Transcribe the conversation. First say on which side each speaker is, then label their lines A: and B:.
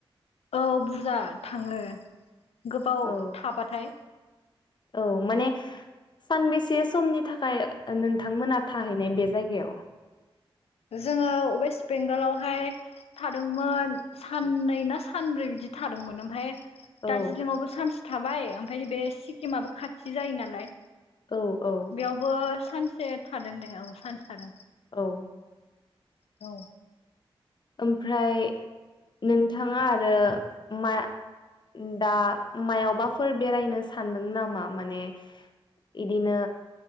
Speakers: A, on the left; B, on the left.
A: औ बुरजा थाङो। गोबाव
B: औ
A: थाबाथाय
B: औ माने सानबेसे समनि थाखाय नोंथांमोना थाहैनाय बे जायगायाव
A: जोङो वेस्ट बेंगलावहाय थादोंमोन साननै ना सानब्रै बिदि बिदि थादोंमोन। ओमफ्राय दार्जिलिंआवबो
B: औ
A: सानसे थाबाय ओमफ्राय बे सिक्किमाबो खाथि जायो नालाय।
B: औ औ
A: बेयावबो सानसे थादों दे औ सानसे थादों।
B: औ
A: औ
B: ओमफ्राय नोंथाङा आरो मा दा मायावबाफोर बेरायनो सानदों नामा माने इदिनो